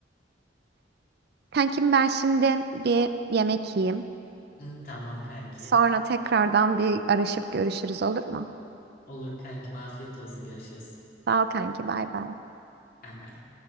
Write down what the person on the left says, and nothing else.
Hı, tamam kanki.
Olur kankim afiyet olsun görüşürüz.
Bay bay.